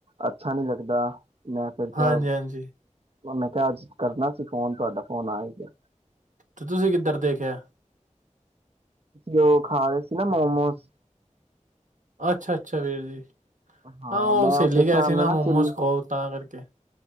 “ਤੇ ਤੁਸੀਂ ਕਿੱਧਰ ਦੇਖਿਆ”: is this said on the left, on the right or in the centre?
Right